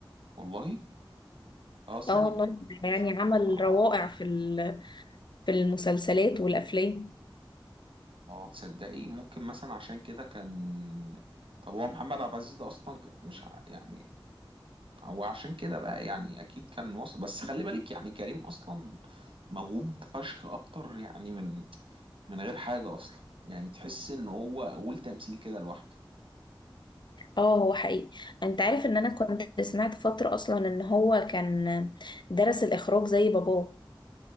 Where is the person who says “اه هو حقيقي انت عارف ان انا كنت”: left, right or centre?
Left